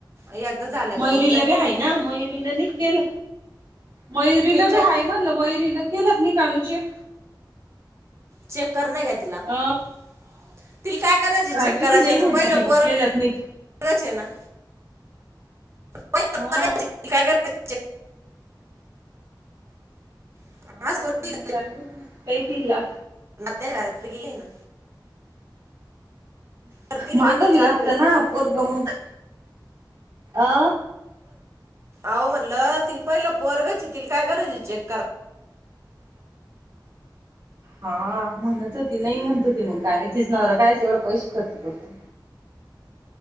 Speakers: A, on the right (about 35°); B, on the right (about 80°).
A: एकदा झालं
B: मयुरीला
A: का मग जाय
B: बी आहे
A: तिकडं
B: ना
A: मग.
B: मयुरीनं नाही केलं मयुरीला
A: तिने चेक
B: बी हाय म्हणलं मयुरीन केल की नाही कानू चेक
A: चेक कर नाही का तिला?
B: अ
A: <inaudible> तिला काय गरजये
B: काय
A: चेक
B: माहिती
A: करायची
B: नाही
A: आता
B: म्हणत
A: पहिलं
B: ती मग
A: पोरच
B: केलंत नाही
A: हे ना? पहिलं
B: हा
A: पोरगच आहे, काय करायची करायची?
B: हा
A: आज थोडी
B: पण
A: झाली,
B: म काय माहिती काही किल्ला
A: <unintelligible> द घे ना करतीन
B: मांग
A: बाई ती
B: बी
A: चालू
B: लागत
A: आहे
B: ना
A: चेक
B: पोरग मग अ
A: आहो म्हण ल तील पाहिलं पोरगं चि तिल काय गरज आहे चेक करा
B: हा म्हणत होती नाही म्हणत होती मग काय म तिच नवरा कायच एवढं पैश खर्च करतो...